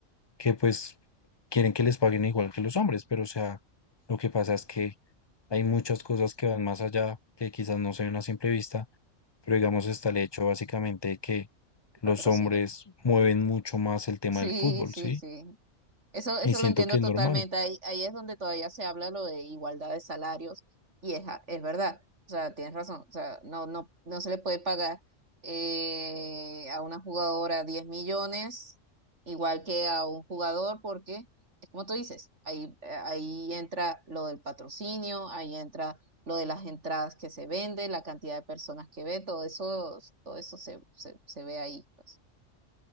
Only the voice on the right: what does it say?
patrocinio.
Sí,
sí,
sí. Eso, eso
lo entiendo
totalmente.
Ahí, ahí es donde todavía se habla lo de igualdad de salarios y es, a- es verdad. O sea, tienes razón. O sea, no, no, no se le puede pagar eh, a una jugadora 10 millones igual que a un jugador porque es como tú dices, ahí, eh, ahí entra lo del patrocinio, ahí entra lo de las entradas que se venden la cantidad de personas que ve, todo eso, todo eso se, se, se ve ahí, pues.